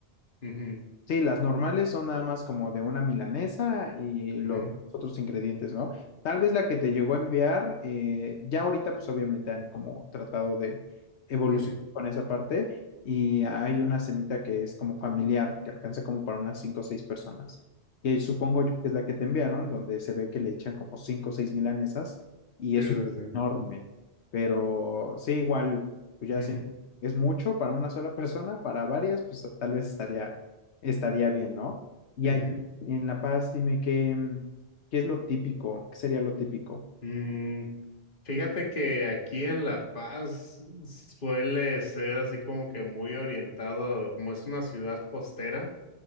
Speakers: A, on the left; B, on the left.
A: ujú,
B: Sí, las normales son nada más como de una milanesa y los
A: ujú,
B: otros ingredientes, ¿no? Tal vez la que te llegó a enviar, eh, ya ahorita pues obviamente han como tratado de evolucionar
A: ujú,
B: con esa parte y hay una semita que es como familiar, que alcanza como para unas cinco o seis personas, que supongo yo que es la que te enviaron, donde se ve que le echan como cinco o seis milanesas y
A: sí,
B: es un
A: sí,
B: enorme, pero sí, igual, pues ya
A: sí, ujú,
B: siento, es mucho para una sola persona, para varias, pues tal vez estaría estaría bien, ¿no? Y
A: ujú.
B: allá en La Paz, dime qué, mm, qué es lo típico, qué sería lo típico.
A: Mm, Fíjate que aquí en La Paz suele ser así como que muy orientado, como es una ciudad costera,